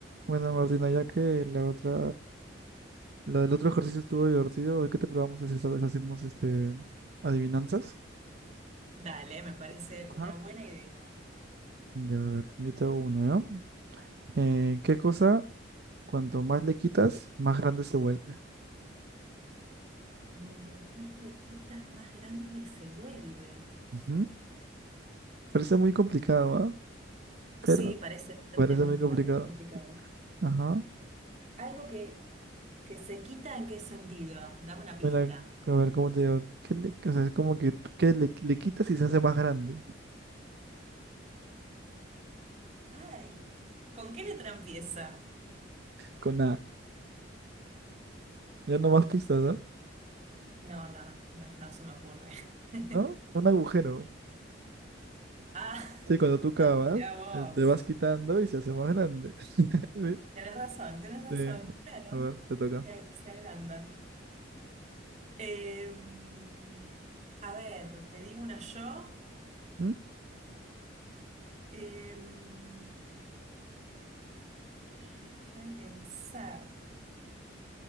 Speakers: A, on the right; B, on the right.
A: Bueno, Martina, ya que la otra, la del otro ejercicio estuvo divertido, hoy que te probamos es esta vez hacemos este adivinanzas.
B: Dale, me parece
A: Ajá.
B: una buena idea.
A: Ya, a ver, yo te hago uno, ¿ya? Eh, ¿qué cosa, cuanto más le quitas, más grande se vuelve?
B: Mientras más le quitas, más grande se vuelve.
A: Ujú. Parece muy complicado, ¿va? Pero
B: Sí, parece bastante
A: parece
B: más,
A: muy complicado.
B: bastante complicado.
A: Ajá.
B: Algo que, que se quita, ¿en qué sentido? Dame una pista.
A: Mira, a ver, ¿cómo te digo? ¿Qué le, o sea, es como que ¿qué le, le quitas y se hace más grande?
B: Ay, ¿con qué letra empieza?
A: Con nada. Ya no más pistas, ¿no?
B: No, no, no, no se me ocurre. <laughs>
A: ¿No? Un agujero.
B: Ah,
A: Sí, cuando tú cavas,
B: <laughs> mirá vos.
A: eh, te vas quitando y se hace más grande. <laughs> Ve,
B: Tenés razón, tenés
A: Sí,
B: razón, claro.
A: a ver, te toca.
B: Se, se agranda. Em, a ver, te digo una yo.
A: ¿Mm?
B: Em, A ver, déjame pensar.